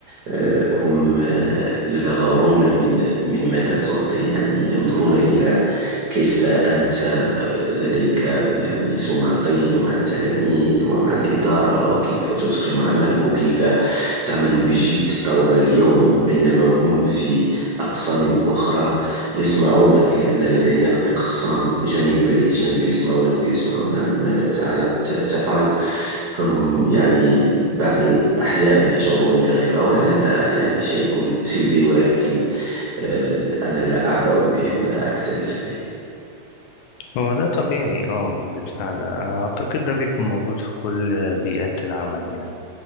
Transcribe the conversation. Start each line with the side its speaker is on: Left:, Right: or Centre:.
Right: آه، هم آه، يغارون من من ماذا تعطي يعني ينظرون إلى كيف أنت آه، لديك يعني سمعة طيبة مع التلاميذ ومع الإدارة وكيف تتقن عملك وكيف تعمل بجد طوال اليوم بينما هم في أقسام أخرى يسمعونك لأن لدينا الأقسام جانبا لجانب يسمعونك ويسمعون عن ماذا تعل- ت- تفعل فهم يعني بعض الأحيان يشعرون بغيرة وهذا يعني شيء سلبي ولكن آه، أنا لا أعبأ به ولا أكترث به
Left: هو ده طبيعي اه بالفعل آه، أعتقد ده بيكون موجود في كل بيئات العمل يعني